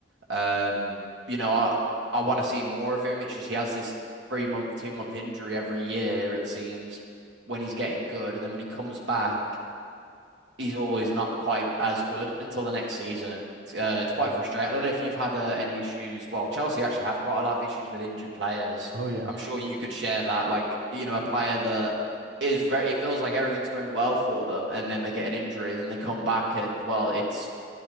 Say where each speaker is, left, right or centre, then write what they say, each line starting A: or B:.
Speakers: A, on the right; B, on the right.
A: Um, you know, I, I want to see more of him. It's just he has this three month, two month injury every year, it seems, when he's getting good. And then when he comes back, he's always not quite as good until the next season. It's, uh, it's quite
B: Yeah.
A: frustrating. I don't know if you've had uh, any issues. Well, Chelsea actually have quite a lot of issues with injured players.
B: Oh yeah.
A: I'm sure you could share that. Like, you know, a player that is very, it feels like everything's going well for them, and then they get an injury, and then they come back, and well, it's